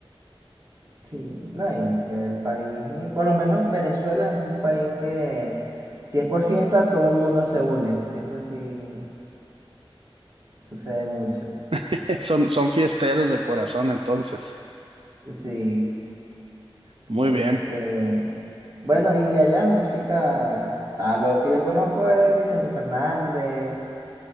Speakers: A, on the right; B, on the right.
A: Sí, no, y que el país, mm, por lo menos Venezuela es un país que, si es por fiesta, todo el mundo se une. Eso sí sucede mucho.
B: <laughs> Son, son fiesteros de corazón, entonces.
A: Sí,
B: Muy
A: este,
B: bien,
A: bueno, y de allá música, o sea, lo que yo conozco es Vicente Fernández,